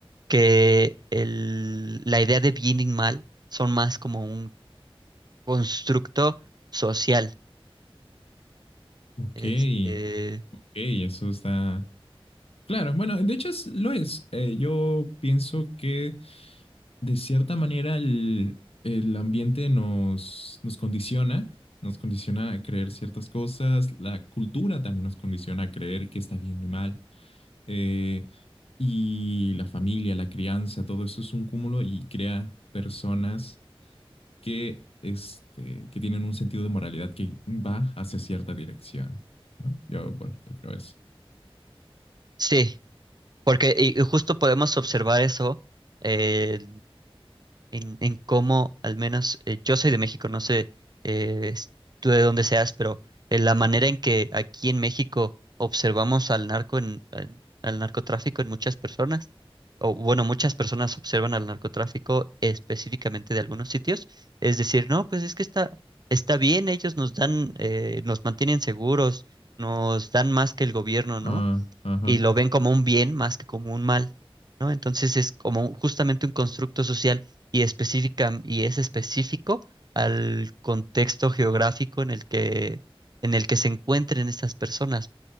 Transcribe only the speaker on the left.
Ok,
ok, eso está. Claro, bueno, de hecho es- lo es. Eh, yo pienso que de cierta manera el, el ambiente nos, nos condiciona, nos condiciona a creer ciertas cosas, la cultura también nos condiciona a creer que está bien y mal, eh, y la familia, la crianza, todo eso es un cúmulo y crea personas que, este, que tienen un sentido de moralidad que va hacia cierta dirección, ¿no? Yo, bueno, yo creo eso.
Ah,
ajá.